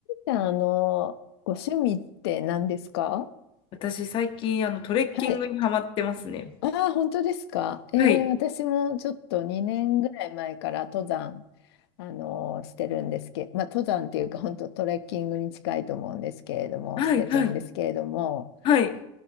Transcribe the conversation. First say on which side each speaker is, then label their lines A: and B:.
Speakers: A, on the left; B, on the left.
A: じゃあ、あの、ご趣味って何ですか
B: 私、最近、あの、トレッキングにハマってますね。
A: はい。ああ、本当ですか。えー、
B: はい。
A: 私もちょっと2年ぐらい前から登山、あのしてるんですけど、まあ、登山っていうか、本当トレッキングに近いと思うんですけれども、
B: はい、
A: してるんですけれども、
B: はい、はい。